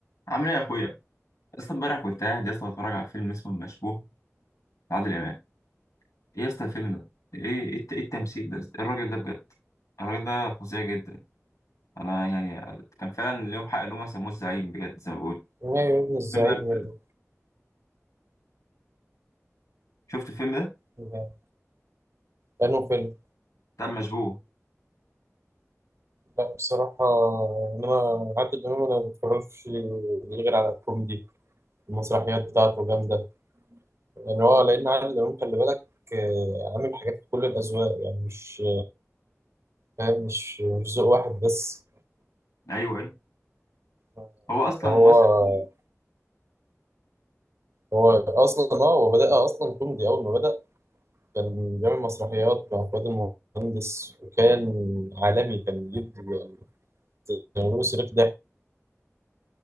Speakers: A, on the left; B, on the right.
A: عامل ايه يا اخويا يا اسطى امبارح كنت قاعد يا اسطى بتفرج على فيلم اسمه المشبوه لعادل امام ايه يا اسطى الفيلم ده ايه ايه الت- إيه التمثيل ده يا اسطى؟ ايه الراجل ده بجد الراجل ده فظيع جدا انا يعني كان فعلا اليوم حق ان هم سموه الزعيم بجد زي ما بقول
B: نهائي ابن
A: شفت
B: الزعيم
A: الفيلم ده بجد؟
B: يعني
A: شفت الفيلم ده
B: يعني لأنه فيلم
A: بتاع المشبوه
B: لا بصراحة إنما عادل إمام أنا ما بتفرجش ليه غير على الكوميدي المسرحيات بتاعته جامدة يعني هو لأن عادل إمام خلي بالك آه، عامل حاجات في كل الأذواق يعني مش فاهم مش مش ذوق واحد بس
A: ايوه ايوه
B: آه،
A: هو اصلا
B: ده هو
A: ممثل تقيل.
B: هو أصلا أه هو بدأ أصلا كوميدي أول ما بدأ كان بيعمل مسرحيات مع فؤاد المهندس وكان عالمي كان بيجيب يعني بيعملوا صريخ